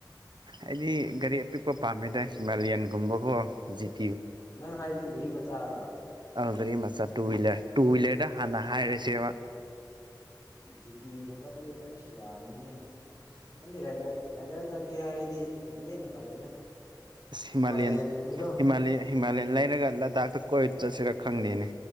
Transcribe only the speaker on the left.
ꯑꯣ ꯅꯪ ꯍꯥꯏꯖꯤ ꯒꯥꯔꯤ ꯃꯆꯥꯔꯣ
ꯖꯤꯇꯤꯒꯨꯝꯕꯗꯤ ꯑꯩꯁ ꯌꯥꯝꯅꯤꯍꯦ ꯅꯪꯗꯤ ꯔꯥꯏꯗꯔ ꯔꯥꯏꯗꯔ ꯆꯠꯀꯦ ꯍꯥꯏꯔꯗꯤ ꯕꯨꯂꯦꯠꯅ ꯐꯔꯦꯗ
ꯍꯤꯃꯥꯂꯌꯥꯟꯒꯨꯝꯕꯗꯣ